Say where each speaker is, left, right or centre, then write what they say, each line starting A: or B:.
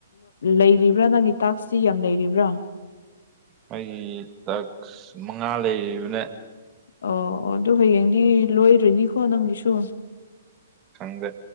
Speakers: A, on the left (about 60°); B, on the right (about 25°).
A: ꯂꯩꯔꯤꯕ꯭ꯔꯥ ꯅꯪꯒꯤ ꯇꯥꯛꯁꯇꯤ ꯌꯥꯝ ꯂꯩꯔꯤꯕ꯭ꯔꯥ
B: ꯑꯩꯒꯤ ꯇꯥꯛꯁ ꯃꯉꯥ ꯂꯩꯔꯤꯕꯅꯦ
A: ꯑꯣ ꯑꯣ ꯑꯗꯨ ꯍꯌꯦꯡꯗꯤ ꯂꯣꯏꯔꯅꯤꯀꯣ ꯅꯪꯒꯤꯁꯨ
B: ꯈꯪꯗꯦ